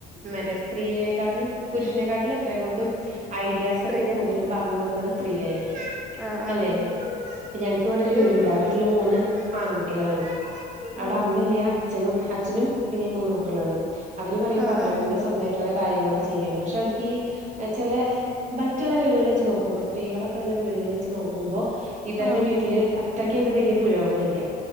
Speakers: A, on the right; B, in the centre.
A: മറ്റേ സ്ത്രീയനെക്കാട്ടിലും പുരുഷനെക്കാട്ടിലും- അത്ര കൊണ്ടും- ഐഡിയാസ്
B: സ്ത്രീയ
A: ഒക്കെ കൂടുതലും പറഞ്ഞുകൊടു ക്കുന്നത് സ്ത്രീയായി രിക്കും
B: ആഹ് ആഹ്
A: അല്ലേ ഞങ്ങക്ക് ഇവിടെരു
B: ഒരു
A: വീടുണ്ട് ആ വീട്ടില് മൂന്ന്- ആൺ കുട്ടികളാണ്. അവിടെ
B: ആഹ്
A: അമ്മല്ല്യ അച്ഛനും അച്ഛനും പിന്നെ ഈ മൂന്ന് മക്കളു ആണ്. അവര് പറയുമ്പോ
B: ആഹ്
A: അവരന്നെ
B: ആഹ്
A: സ്വന്തമായിട്ട് ഓരോ - കാര്യങ്ങളൊക്കെ ചെയ്യേണ് പക്ഷേ അവർക്ക് ഈ- ചെല മറ്റുള്ള വീടുകൾ വെച്ച് നോക്കുമ്പം സ്ത്രീകളൊക്കെ ഉള്ള വീടുകൾ വെച്ച് നോക്കുമ്പോ ഇവരുടെ
B: ആഹ്
A: വീട്ടില് അത്രയ്ക്ക് അങ്ങ്ട് വലിയ പുരോഗമനല്ല